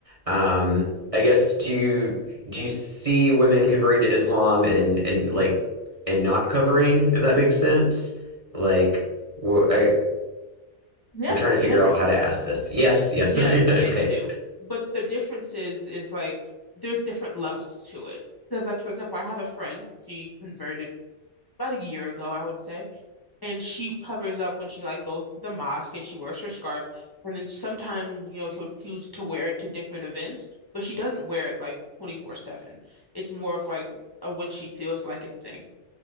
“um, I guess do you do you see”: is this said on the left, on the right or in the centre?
Right